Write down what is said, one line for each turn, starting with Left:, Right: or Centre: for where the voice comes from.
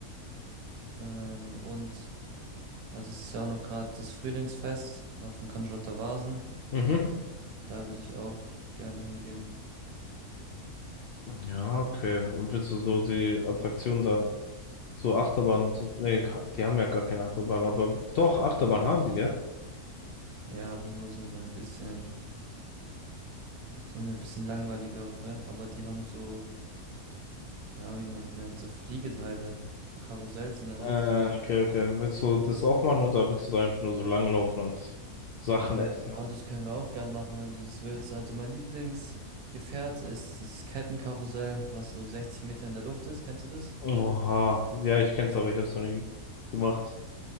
Right: Ähm, und also es ist ja auch noch gerade das Frühlingsfest auf dem Cannstatter Vasen.
Left: Mhm.
Right: Da würde ich auch gerne hingehen.
Left: Ja, okay. Und willst du so die Attraktion da, so Achterbahn und so? Nee, ka- die haben ja gar keine Achterbahn, aber doch, Achterbahn haben die, gell?
Right: Ja, aber nur so eine bisschen. So eine bisschen langweiligere, aber die haben so, keine Ahnung, wie man die nennt, so Fliegeteile, so Karussells in der
Left: Äh,
Right: Luft und so.
Left: okay, okay. Willst du das auch machen oder willst du da einfach nur so langlaufen und Sachen
Right: Äh,
Left: essen?
Right: ja, das können wir auch gern machen, wenn du das willst. Also mein Lieblingsgefährt ist dieses Kettenkarussell, was so 60 Meter in der Luft ist. Kennst du das?
Left: Oha. Ja, ich kenn's, aber ich hab's noch nie gemacht.